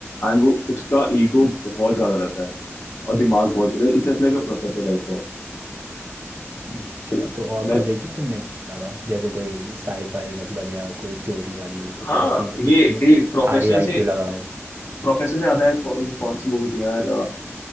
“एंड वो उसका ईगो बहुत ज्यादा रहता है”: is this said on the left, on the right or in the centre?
Left